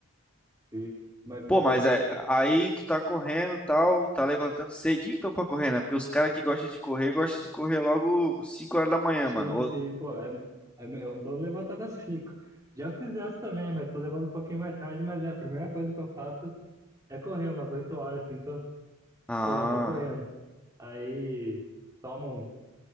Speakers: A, on the right; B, in the centre.
A: sim. Mas,
B: Pô,
A: pô,
B: mas
A: mas,
B: é- aí tu tá correndo, e tal, tá levantando cedinho então pra correr, né? Porque os caras que gostam de correr, gostam de correr logo 5 horas da manhã,
A: sim,
B: mano. Ou-
A: sim, pô, é, é, eu não tô levantando às cinco. Já fiz essa também, mas tô levando um pouquinho mais tarde, mas é, a primeira coisa que eu faço é correr umas oito horas, assim, tô,
B: Ah,
A: tô, tô correndo. Aí, tomo um-